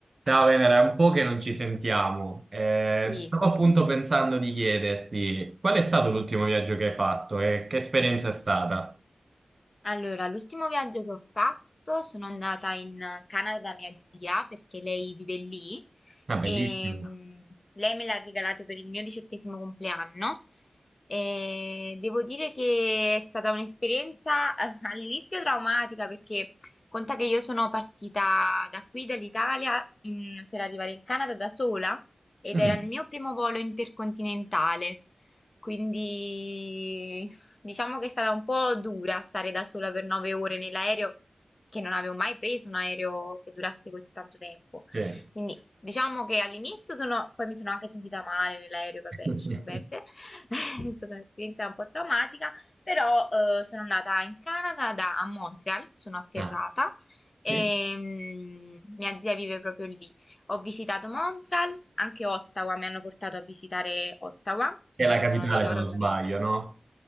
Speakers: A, on the right; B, on the left.
A: Ciao Venera, è un po' che non ci sentiamo. Eh,
B: Sì,
A: stavo appunto pensando di chiederti qual è stato l'ultimo viaggio che hai fatto e che esperienza è stata?
B: allora l'ultimo viaggio che ho fatto sono andata in Canada da mia zia perché lei vive lì
A: Ah, bellissimo.
B: e mm, lei me l'ha regalato per il mio diciottesimo compleanno e devo dire che è stata un'esperienza eh, all'inizio traumatica perché conta che io sono partita da qui dall'Italia in- per arrivare in Canada da sola ed
A: Mm,
B: era il mio primo volo intercontinentale. Quindi Diciamo che è stata un po' dura stare da sola per nove ore nell'aereo, che non avevo mai preso un aereo che durasse così tanto tempo.
A: sì.
B: Quindi diciamo che all'inizio sono, poi mi sono anche sentita male nell'aereo, vabbè,
A: <laughs>
B: lasciamo perdere. <laughs> È stata un'esperienza un po' traumatica, però eh, sono andata in Canada da, a Montreal, sono atterrata
A: Ah,
B: e
A: sì.
B: mm, mia zia vive proprio lì. Ho visitato Montreal, anche Ottawa, mi hanno portato a visitare Ottawa perché
A: Che È la
B: ci
A: capitale,
B: sono dei loro
A: se non sbaglio,
B: parenti.
A: no?